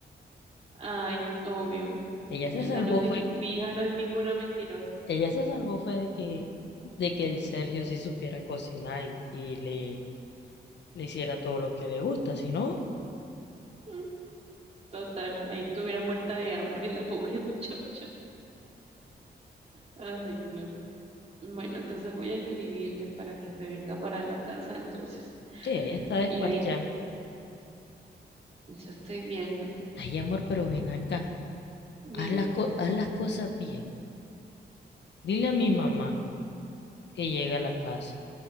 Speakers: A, on the right; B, on the left.
A: Ay, obvio,
B: Ella
A: mi
B: se salvó
A: hija no es, ning-
B: fue,
A: mi hija no es ninguna mentirosa.
B: ella se salvó fue de que, de que el Sergio sí supiera cocinar y, y le, le hiciera todo lo que le gusta, si no,
A: Mm, Total, ahí estuviera muerta de hambre la pobre <laughs> muchacha. Ay, no. Bueno, entonces voy a escribirle para que se venga para la casa entonces.
B: sí, ella está desparchada.
A: Y ahí eso estoy viendo.
B: Ay, amor, pero ven acá,
A: Dime.
B: haz las, co- haz las cosas bien. Dile a mi mamá que llegue a la casa,